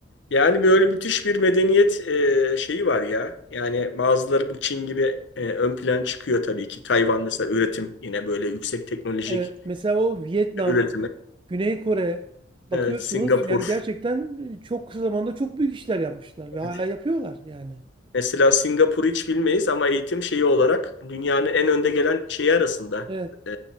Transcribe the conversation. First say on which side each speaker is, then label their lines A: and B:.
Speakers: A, on the left; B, on the right.
A: Yani böyle müthiş bir medeniyet e, şeyi var ya. Yani bazıları bu Çin gibi e, ön plan çıkıyor tabii ki. Tayvan mesela üretim yine böyle yüksek teknolojik
B: Evet. Mesela o Vietnam,
A: üretimi.
B: Güney Kore bakıyorsunuz
A: Evet Singapur.
B: yani gerçekten e, çok kısa zamanda çok büyük işler yapmışlar
A: Evet.
B: ve hala yapıyorlar yani.
A: Mesela Singapur'u hiç bilmeyiz ama eğitim şeyi olarak dünyanın en önde gelen şeyi arasında.
B: Evet.
A: E,